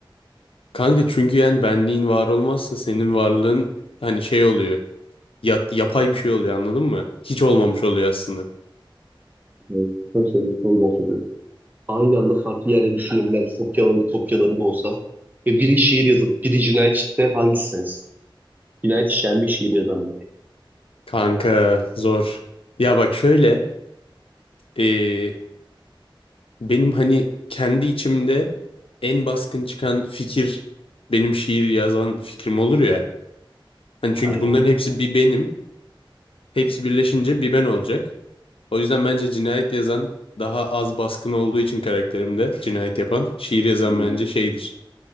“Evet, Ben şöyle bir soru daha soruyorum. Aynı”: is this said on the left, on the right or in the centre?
Right